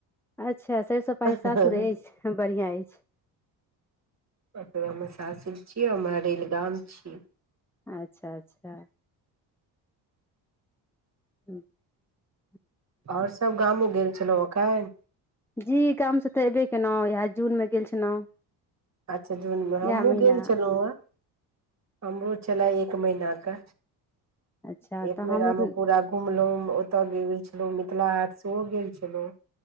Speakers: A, in the centre; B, on the right (about 35°).
A: अच्छा सरिसो पाइ सासुर
B: ओकर
A: अछि बढ़िआँ अछि
B: ओाद मे सासुर छी आर महरैल गाम छी
A: अच्छा अच्छा ह्म
B: आओर सभ गामो गेल छलहुँ एखन
A: जी गामसँ तऽ एबे केलहुँ यहै जून मे गेल छलहुँ
B: अच्छा जूनमे हमहूँ
A: इएह महिना
B: गेल छलहुँ हेँ हमरो छलै एक महीना क
A: अच्छा
B: एक
A: तऽ
B: महीना
A: हमहूँ
B: मे पूरा घुमलहुं हम ओतय गै छलहुँ मिथिला हाट सेहो गेल छलहुँ